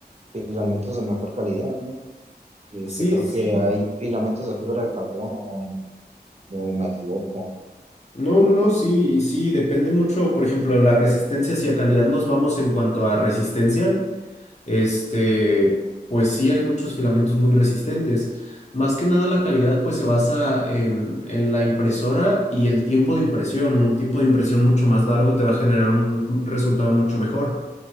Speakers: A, on the right; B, on the left.
A: filamentos de mejor calidad, ¿no? Este,
B: Sí,
A: creo
B: sí.
A: que
B: sí.
A: hay filamentos de fibra de carbono, o no me equivoco.
B: No, no, no, sí, y sí, depende mucho, por ejemplo, la resistencia, si a calidad nos vamos en cuanto a resistencia. Este, pues sí, hay muchos filamentos muy resistentes. Más que nada la calidad pues se basa en, en la impresora y el tiempo de impresión. Un tiempo de impresión mucho más largo te va a generar un resultado mucho mejor.